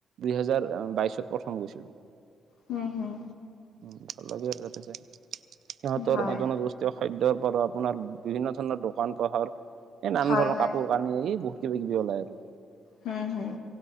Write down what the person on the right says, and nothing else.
দুইহেজাৰ বাইশত প্ৰথম গৈছিলোঁ
উম ভাল লগে এতেকে সিহঁতৰ
জনজোষ্ঠীয় খাদ্যয়ৰ পৰা আপোনাৰ বিভিন্ন ধৰণৰ দোকান পহাৰ এ নান
ধৰণৰ
কাপোৰ কানি এ বহুত কিবা কিবি ওলাই আৰু